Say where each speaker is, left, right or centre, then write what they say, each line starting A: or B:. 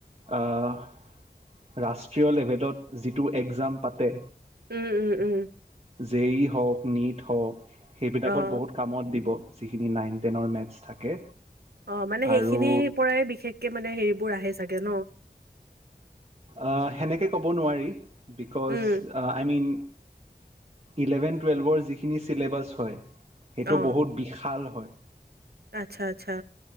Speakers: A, on the right; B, on the right.
A: আহ ৰাষ্ট্ থ্ৰেল লেভেডত যিটো এক্সাম পাতে।
B: উম উম উম
A: জেই ই হওক নীট হওক সেইবিলাকত
B: অ',
A: বহুত কামত দিব যিখিনি নাইন টেনৰ মেথছ থাকে।
B: অ মানে সেইখিনিৰ
A: আৰু
B: পৰাই বিশেষকে মানে হেৰিবোৰ আহে চাগে ন
A: অ সেনেকে কব নোৱাৰি। বিকচ
B: উম,
A: আই মিন। ইলেভেন টুৱেলভৰ যিখিনি চিলেবাছ হয়। সেইটো
B: অ',
A: বহুত বিশাল হয়।
B: আচ্ছা আচ্ছা